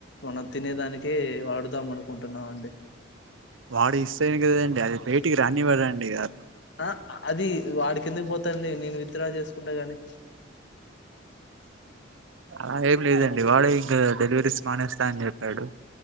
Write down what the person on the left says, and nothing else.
మనం తినేదానికి వాడుదాం అనుకుంటున్నాండి
ఆ అది వాడికి ఎందుకు పోతాంది నేను విత్తరా చేసుకుంటా గాని